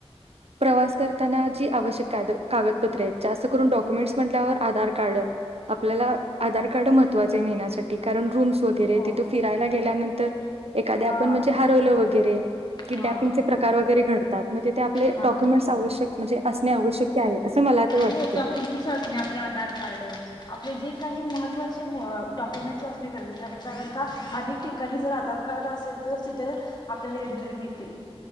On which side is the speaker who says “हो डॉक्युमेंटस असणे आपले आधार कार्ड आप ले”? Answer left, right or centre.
Left